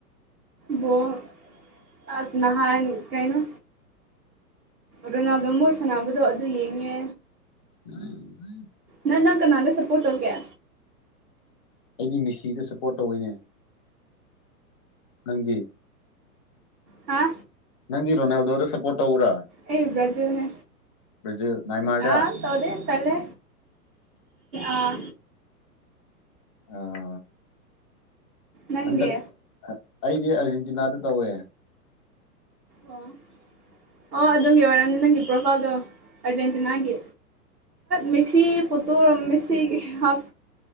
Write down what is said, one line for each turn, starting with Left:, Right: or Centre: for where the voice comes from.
Right: ꯕꯣꯜ ꯑꯁ ꯅꯍꯥꯟ ꯀꯩꯅꯣ ꯔꯣꯅꯥꯜꯗꯣ ꯃꯣꯏ ꯁꯥꯟꯅꯕꯗꯣ ꯑꯗꯨ ꯌꯦꯡꯉꯦ
Left: ꯎꯝ ꯎꯝ <inaudible>
Right: ꯅꯪ ꯅꯪ ꯀꯅꯥꯗ ꯁꯞꯄꯣꯔꯠ ꯇꯧꯒꯦ
Left: ꯑꯩꯗꯤ ꯃꯤꯁꯤꯗ ꯁꯞꯄꯣꯔꯠ ꯇꯧꯋꯤꯅꯦ ꯅꯪꯗꯤ
Right: ꯍꯥ
Left: ꯅꯪꯒꯤ ꯔꯣꯅꯥꯜꯗꯣꯗ ꯁꯞꯄꯣꯔꯠ ꯇꯧꯕ꯭ꯔꯥ
Right: ꯑꯩ ꯕ꯭ꯔꯥꯖꯦꯟꯅꯦ
Left: ꯕ꯭ꯔꯥꯖꯤꯜ ꯅꯥꯏꯃꯥꯔꯗ
Right: ꯑꯥ ꯇꯧꯗꯦ ꯇꯜꯂꯦ ꯑꯥ
Left: ꯑꯥ
Right: ꯅꯪꯗꯤ
Left: ꯍꯟꯗꯛ ꯑꯩꯗꯤ ꯑꯥꯔꯖꯦꯟꯇꯤꯅꯥꯗ ꯇꯧꯋꯦ
Right: ꯑꯣ ꯑꯣ ꯑꯗꯨꯒꯤ ꯑꯣꯏꯔꯝꯅꯤ ꯅꯪꯒꯤ ꯄ꯭ꯔꯣꯐꯥꯏꯜꯗꯣ ꯑꯔꯖꯦꯟꯇꯤꯅꯥꯒꯤ ꯃꯦꯁꯤ ꯐꯣꯇꯣꯔ ꯃꯦꯁꯤꯒꯤ ꯍꯥꯞ